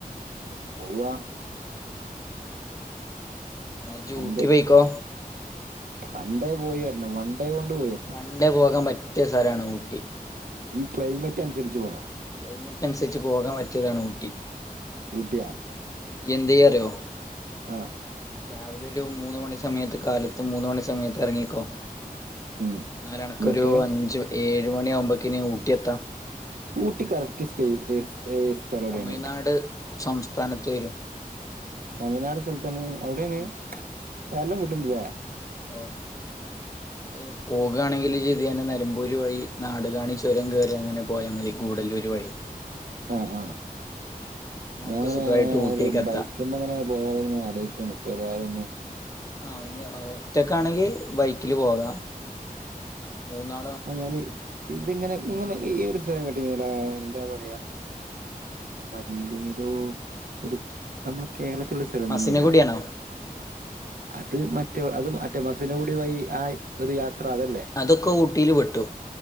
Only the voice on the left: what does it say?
ഇജ്ജ്
ഊട്ടി
പോയിക്കോ
വൺഡേ പോകാൻ പറ്റിയ സ്ഥലാണ് ഊട്ടി
ക്ലൈമറ്റ് അനുസരിച്ച് പോകാൻ പറ്റിയതാണ് ഊട്ടി
എന്തെ അറിയോ
രാവിലെ ഒരു മൂന്ന് മണി സമയത്ത് കാലത്ത് മൂന്ന് മണി സമയത്ത് എറങ്ങിക്കോ
ന്നാലണക്കൊരു
അഞ്ചു, ഏഴ് മണി ആവുമ്പോ‌ക്കിന് ഊട്ടി എത്താ
തമിഴ്നാട് സംസ്ഥാനത്ത് വെരും
ഉം
ഒഹ് ഏഹ് പോ പോകാണെങ്കില് ഇയ്യ് <unintelligible> നിലമ്പൂര് വഴി നാട് കാണി ചുരം കയറി അങ്ങനെ പോയാ മതി ഗൂഡല്ലൂര് വഴി
നിനക്ക്
സുഖമായിട്ട് ഊട്ടിക്കെത്താം
ആഹ് ഇഞ് ഒറ്റക്കാണെങ്കി ബൈക്കില് പോക മൂന്നാ
മസിനഗുഡിയാണോ
അതൊക്കെ ഊട്ടില് പെട്ടു